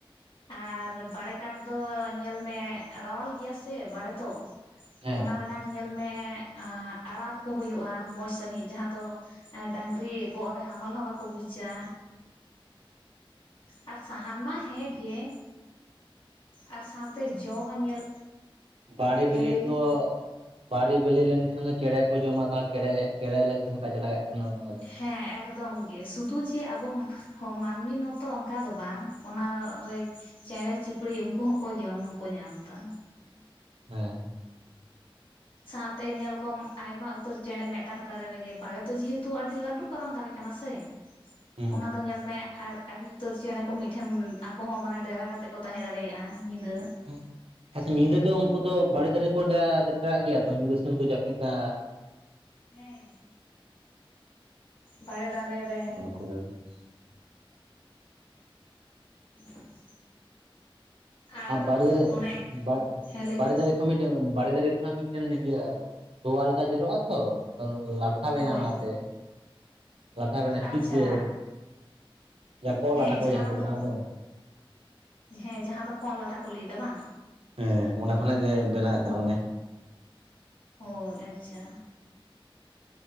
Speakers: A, on the left; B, on the right.
A: ᱟᱨ ᱵᱟᱲᱮ ᱠᱟᱴ ᱫᱚ ᱧᱮᱞ ᱢᱮᱮ ᱨᱟᱣᱟᱞ ᱜᱮᱭᱟ ᱥᱮ ᱵᱟᱲᱮ ᱫᱚ
B: ᱦᱮᱸ
A: ᱚᱱᱟ ᱨᱮ ᱮᱱᱟᱝ ᱧᱮᱞ ᱢᱮᱸᱻ ᱟᱸ ᱟᱲᱟᱨ ᱠᱚ ᱦᱩᱭᱩᱜᱼᱟ ᱢᱚᱸᱡᱽ ᱥᱟᱺᱦᱤᱡ ᱡᱟᱦᱟᱸ ᱫᱚ ᱰᱟᱝᱨᱤ ᱜᱚᱜ ᱨᱮ ᱦᱟᱢᱟᱞ ᱦᱚᱸ ᱵᱟᱠᱚ ᱵᱩᱡᱟ <unintelligible> ᱥᱟᱦᱟᱱ ᱢᱟ ᱦᱮᱸ ᱜᱮᱮ ᱟᱨ ᱥᱟᱶᱛᱮ ᱡᱚ ᱦᱚᱸ ᱧᱮᱞ
B: ᱵᱟᱲᱮ ᱵᱮᱞᱮᱫᱚ
A: ᱦᱮᱸ ᱞᱟᱹᱭ ᱢᱮ
B: ᱵᱲᱮ ᱵᱤᱞᱤ ᱞᱮᱱᱠᱷᱟᱱ ᱫᱚ ᱪᱮᱬᱮ ᱠᱚ ᱡᱚᱢᱟᱫᱟ ᱪᱮᱬᱮ ᱪᱮᱬᱮ ᱞᱟᱹᱜᱤᱫ ᱦᱚᱸ ᱠᱟᱡ ᱞᱟᱜᱟᱜ ᱠᱟᱱᱟ ᱱᱚᱣᱟ
A: ᱦᱮᱸ ᱮᱠᱫᱚᱢ ᱜᱮ ᱥᱩᱫᱩ ᱡᱮ ᱟᱵᱚᱢ ᱦᱚ ᱢᱟᱹᱱᱢᱤ ᱢᱚᱛᱚ ᱚᱱᱠᱟ ᱫᱚ ᱵᱟᱝ ᱚᱱᱟ ᱨᱮ ᱪᱮᱬᱮ ᱪᱩᱯᱲᱤ ᱩᱱᱠᱩ ᱦᱚᱸᱠᱚ ᱡᱚᱢ ᱠᱚ ᱧᱟᱢ ᱫᱟ
B: ᱦᱮᱸ
A: ᱥᱟᱶᱛᱮ ᱧᱮᱞ ᱠᱚᱢ ᱟᱭᱢᱟ ᱩᱛᱟᱹᱨ ᱪᱮᱬᱮ ᱢᱤᱫᱴᱟᱝ ᱫᱟᱨᱮ ᱨᱮᱜᱮ ᱵᱟᱲᱮ ᱫᱚ ᱡᱮᱦᱮᱛᱩ ᱟᱹᱰᱤ ᱞᱟᱟᱹᱴᱩ ᱯᱟᱨᱚᱢ ᱫᱟᱨᱮ ᱠᱟᱱᱟ ᱥᱮ
B: ᱦᱩᱸ
A: ᱚᱱᱟ ᱫᱚ ᱧᱮᱞ ᱢᱮ ᱟᱨ ᱟᱹᱰᱤ ᱩᱛᱟᱹᱨ ᱪᱮᱬᱮ ᱠᱚ ᱢᱤᱫᱴᱷᱮᱱ ᱟᱠᱚ ᱦᱚᱸ ᱢᱟᱱᱮ ᱰᱮᱨᱟ ᱠᱟᱛᱮᱮᱫ ᱠᱚ ᱛᱟᱦᱮᱸ ᱫᱟᱲᱮᱭᱟᱜᱼᱟ ᱧᱤᱫᱟᱹ
B: <unintelligible> ᱧᱤᱫᱟᱹ ᱫᱚ ᱩᱱᱠᱩ ᱫᱚ ᱵᱟᱲᱮ ᱫᱟᱨᱮ ᱨᱮᱠᱚ ᱰᱮᱨᱟ ᱰᱮᱨᱟᱜ ᱜᱮᱭᱟ ᱛᱚ ᱧᱤᱫᱟᱹ ᱥᱚᱢᱚᱭ ᱠᱚ ᱡᱟᱹᱯᱤᱫᱟ
A: ᱦᱮᱸ ᱵᱟᱲᱮ ᱫᱟᱨᱮ ᱨᱮᱱ
B: <unintelligible>
A: <unintelligible> ᱟᱨ
B: ᱵᱟᱲᱮ ᱫᱟᱨᱮ
A: ᱚᱱᱮ
B: ᱵᱟᱲᱮ
A: ᱦᱮᱸ ᱞᱟᱹᱭ ᱢᱮ
B: ᱫᱟᱨᱮ ᱵᱟᱲᱮ ᱫᱟᱨᱮ ᱠᱷᱚᱱᱟᱜ ᱢᱤᱫᱴᱮᱱ ᱤᱭᱟᱹ ᱛᱚᱣᱟ ᱞᱮᱠᱟ ᱡᱚᱨᱚᱜ ᱟ ᱛᱚ ᱛᱟᱵᱱᱟ
A: ᱦᱳᱭ
B: ᱚᱱᱟᱛᱮ <unintelligible> ᱞᱟᱴᱷᱟ ᱵᱮᱱᱟᱜᱼᱟ ᱪᱤᱴ
A: ᱟᱪᱪᱷᱟ
B: ᱜᱮ ᱡᱟ ᱠᱚᱸᱜ
A: ᱦᱮᱸ
B: ᱞᱟᱴᱷᱟ ᱠᱚ
A: ᱡᱟᱦᱟᱸ ᱫᱚᱠᱚ
B: ᱠᱚ ᱵᱮᱱᱟᱣ ᱫᱚ
A: ᱦᱮᱸ ᱡᱟᱦᱟᱸ ᱫᱚᱠᱚ ᱠᱚᱜ ᱞᱟᱴᱷᱟ ᱠᱚ ᱞᱟᱹᱭᱮᱫᱟ ᱵᱟᱝ
B: ᱦᱮᱸ ᱚᱱᱟ ᱠᱷᱚᱱᱟᱜ ᱜᱮ ᱵᱮᱱᱟᱜ ᱛᱟᱦᱚᱞᱮ
A: ᱦᱳᱭ ᱟᱪᱪᱷᱟ